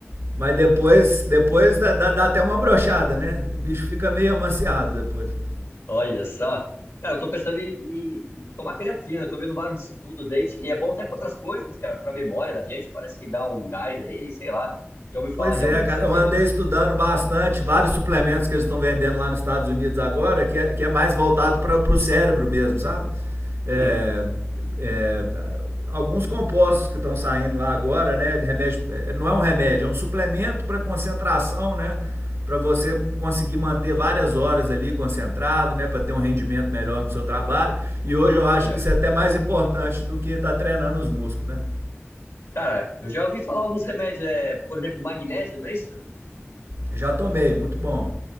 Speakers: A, on the right (about 80°); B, on the left (about 80°).
A: Mas depois, depois dá, dá, dá até uma brochada, né? O bicho fica meio amaciado depois.
B: Olha só. Cara, eu tô pensando em, em- em tomar creatina. Eu tô vendo vários estudos aí diz que é bom até pra outras coisas, cara, pra memória da gente. Parece que dá um gás aí, sei lá. Já ouvi falar
A: Pois
B: de
A: é,
B: algo nesse
A: cara.
B: sentido?
A: Eu andei estudando bastante vários suplementos que eles estão vendendo lá nos Estados Unidos agora, que é, que é mais voltado para o cérebro mesmo, sabe? É,
B: Hum,
A: é, alguns compostos que estão saindo lá agora, né? de Remédio, é, não é um remédio, é um suplemento para concentração, né? Para você conseguir manter várias horas ali concentrado, né? Para ter um rendimento melhor no seu trabalho. E hoje eu acho
B: olha.
A: que isso é até mais importante do que estar tá treinando os músculos, né?
B: Cara, eu já ouvi falar alguns remédios, é, por exemplo, magnésio, não é isso?
A: Já tomei, muito bom.